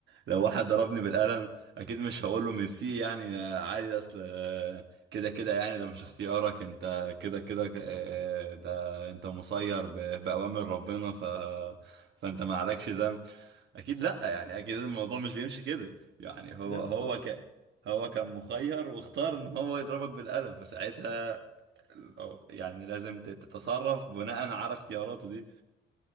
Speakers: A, on the right; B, on the left.
A: لو واحد ضربني بالقلم اكيد مش هقول له ميرسي يعني عادي اصل آه، كده كده يعني ده مش اختيارك انت كده كده آه، ده انت مسير ب- باوامر ربنا ف فانت ما عليكش ذنب اكيد لا يعني اكيد الموضوع مش بيمشي كده يعني هو
B: لا
A: هو
B: لا خالص
A: ك هو كان مخير واختار ان هو يضربك بالقلم فساعتها أو يعني لازم تت- تتصرف بناء على اختياراته دي